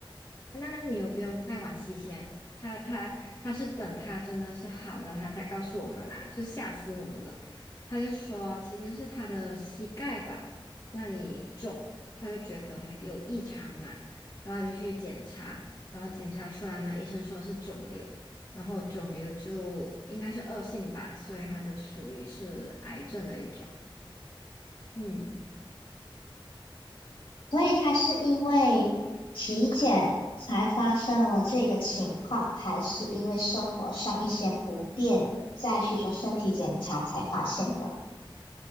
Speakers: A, on the left; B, on the left.
A: 那那你又不用太惋惜先，他他他是等他真的是好了，他才告诉我们啦，就吓死我们了。他就说其实是他的膝盖吧那里肿，他就觉得有异常嘛，然后他就去检查，然后检查出来呢，医生说是肿瘤，然后肿瘤就应该是恶性吧，所以他就属于是癌症的一种。嗯。
B: 所以他是因为体检才发生了这个情况，还是因为生活上一些不便，再去做身体检查才发现的？